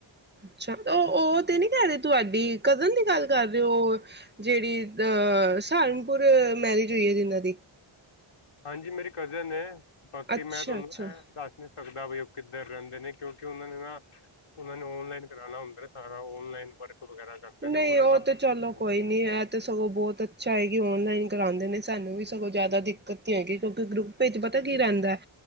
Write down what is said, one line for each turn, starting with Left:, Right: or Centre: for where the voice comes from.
Right: ਅੱਛਾ ਉਹ ਉਹ ਤੇ ਨੀ ਕਹਿ ਰਹੇ ਤੁਹਾਡੀ ਕਜ਼ਨ ਦੀ ਗੱਲ ਕਰ ਰਹੇ ਹੋ। ਜਿਹੜੀ ਅਹ ਸਹਾਰਨਪੁਰ ਮੈਰਿਜ ਹੋਈ ਹੈ ਜਿਨਾਂ ਦੀ।
Left: ਹਾਂਜੀ ਮੇਰੀ ਕਜ਼ਨ ਐ। ਬਾਕੀ
Right: ਅੱਛਾ
Left: ਮੈਂ ਤੁਹਾਨੂੰ
Right: ਅੱਛਾ
Left: ਇਹ ਦੱਸਦੇ। ਸਕਦਾ ਵੀ ਉਹ ਕਿੱਧਰ ਰਹਿੰਦੇ ਨੇ ਕਿਉਂਕਿ ਉਹਨਾ ਨੇ ਨਾ ਉਹਨਾ ਨੇ ਓਨਲਾਈਨ ਕਰਾਉਣਾ ਹੁੰਦਾ ਸਾਰਾ ਆਨਲਾਈਨ ਵਰਕ। ਵਗੈਰਾ ਕਰਦੇ
Right: ਨਹੀਂ
Left: ਨੇ ਨਾ
Right: ਉਹ
Left: ਘਰ
Right: ਤੇ ਚਲੋ
Left: ਹਾਂਜੀ
Right: ਕੋਈ ਨੀ ਇਹ ਤੇ ਸਗੋਂ ਬਹੁਤ ਅੱਛਾ ਹੈਗੀ ਓਨਲਾਈਨ। ਕਰਾਉਂਦੇ ਨੇ ਸਾਨੂੰ ਵੀ। ਸਗੋਂ ਜ਼ਿਆਦਾ
Left: ਹੂੰ
Right: ਦਿੱਕਤ ਨਹੀਂ ਹੈਗੀ। ਕਿਉਂਕਿ ਗਰੁੱਪ ਪਤਾ ਕੀ ਰਹਿੰਦਾ ਹੈ